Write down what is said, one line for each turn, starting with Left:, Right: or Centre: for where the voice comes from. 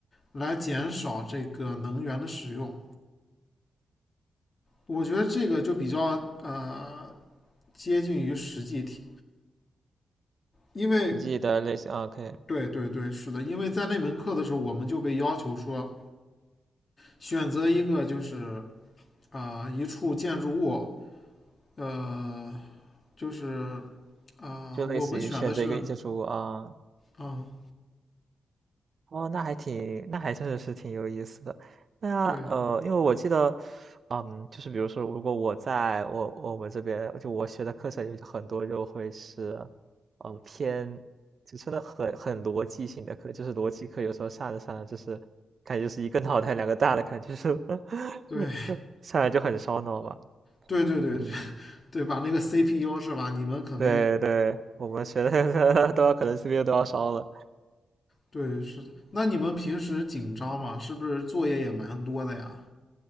Left: 来减少这个能源的使用。我觉得这个就比较呃接近于实际题，因为
Right: 自记的类似啊，可以。
Left: 对对对，是的，因为在那门课的时候，我们就被要求说选择一个就是啊、呃一处建筑物，呃，就是啊、
Right: 就类似于选择一个建筑物啊，
Left: 呃我们选的是啊、
Right: 哦，那还挺，那还真的是挺有意思的。那呃，
Left: 对
Right: 因为我记得，嗯，就是比如说，如果我在我我们这边，就我学的课程有很多就会是，呃，偏就真的很很逻辑性的课，就是逻辑课，有时候上着上着就是感觉就是一个脑袋两个大的感觉，就是 <laughs>
Left: 对
Right: 上来就很烧脑嘛。
Left: 对对对
Right: 嗯，
Left: <laughs> 对吧？那个 CPU 是吧？你们肯定
Right: 对对，我们学的 <laughs> 都要可能 CPU 都要烧了。
Left: 对是的。那你们平时紧张吗？是不是作业也蛮多的呀？